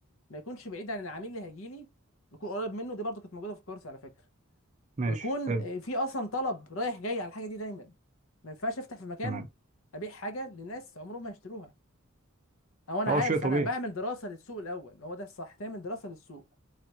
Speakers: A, on the left; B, on the right.
A: ما يكونش بعيد عن العميل اللي هيجيلي يكون قريب منه دي برضو كانت موجودة في الكورس على فكرة
B: ماشي
A: ويكون
B: حلو
A: آه، في اصلا طلب رايح جاي على الحاجة دي دايما ما ينفعش افتح في مكان
B: تمام
A: ابيع حاجة لناس عمرهم ما يشتروها او انا
B: اه
A: عارف
B: شيء طبيعي
A: انا بعمل دراسه للسوق الاول هو ده الصح تعمل دراسه للسوق